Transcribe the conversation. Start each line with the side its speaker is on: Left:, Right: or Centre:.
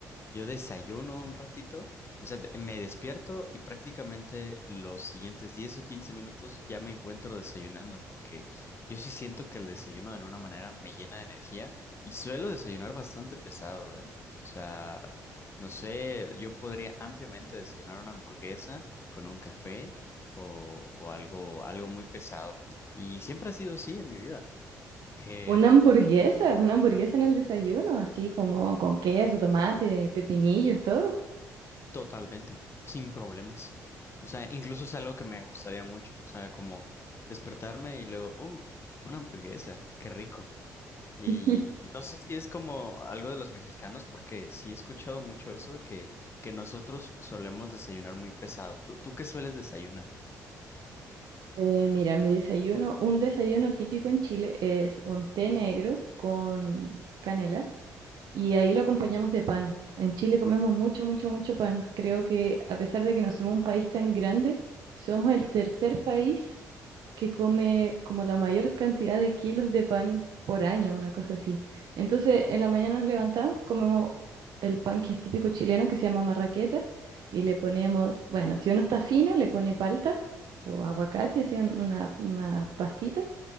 Left: yo desayuno un ratito, o sea, de- me despierto y prácticamente los siguientes 10 o 15 minutos ya me encuentro desayunando, porque yo sí siento que el desayuno de alguna manera me llena de energía y suelo desayunar bastante pesado, ¿eh? O sea, no sé, yo podría ampliamente desayunar una hamburguesa con un café o, o algo, algo muy pesado. Y siempre ha sido así en mi vida. Em,
Right: Una hamburguesa, una hamburguesa en el desayuno, así como con queso, tomate, pepinillos, todo.
Left: Totalmente, sin problemas. O sea, incluso es algo que me gustaría mucho. O sea, como despertarme y luego, oh, una hamburguesa, qué rico. Y
Right: <laughs>
Left: no sé si es como algo de los mexicanos, porque sí he escuchado mucho eso, que, que nosotros solemos desayunar muy pesado. ¿Tú, tú qué sueles desayunar?
Right: Eh, mira, mi desayuno, un desayuno típico en Chile es un té negro con canela. y ahí lo acompañamos de pan. En Chile comemos mucho, mucho, mucho pan. Creo que a pesar de que no somos un país tan grande, somos el tercer país que come como la mayor cantidad de kilos de pan por año, una cosa así. Entonces, en la mañana nos levantamos, comemos el pan que es típico chileno, que se llama marraqueta, y le ponemos, bueno, si uno está fino, le pone palta o aguacate, así un- una, una pastita,